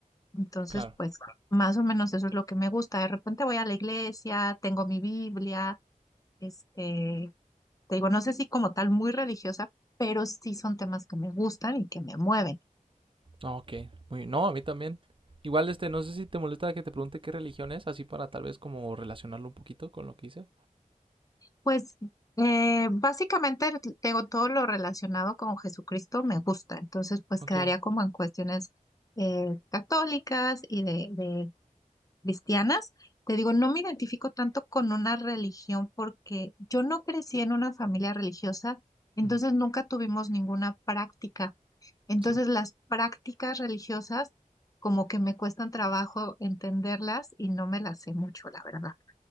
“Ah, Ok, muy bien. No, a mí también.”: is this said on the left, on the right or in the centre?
Right